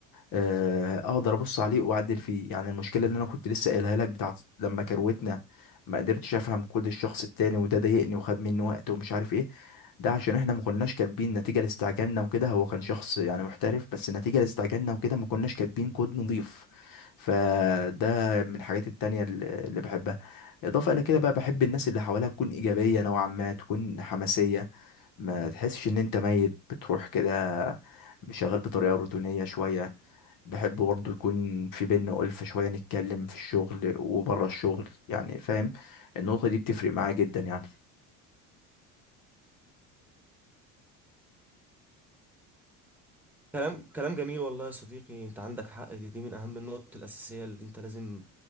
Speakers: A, on the left; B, in the centre.
A: آه، اقدر ابص عليه واعدل فيه يعني المشكله اللي انا كنت لسه قايلها لك بتاعت لما كروتنا ما قدرتش افهم كود الشخص التاني وده ضايقني وخد مني وقت ومش عارف ايه ده عشان احنا ما كناش كاتبين نتيجه لاستعجالنا وكده هو كان شخص يعني محترف بس نتيجه لاستعجالنا وكده ما كناش كاتبين كود نضيف فده من الحاجات التانية اللي اللي بحبها اضافه الى كده بقى بحب الناس اللي حواليها تكون ايجابيه نوعا ما تكون حماسيه ما تحسش ان انت ميت بتروح كده شغال بطريقه روتينيه شويه بحب برضه يكون في بينا ألفة شويه نتكلم في الشغل وبره الشغل يعني فاهم النقطه دي بتفرق معايا جدا يعني
B: كلام كلام جميل والله يا صديقي انت عندك حق دي, دي من اهم النقط الاساسيه اللي انت لازم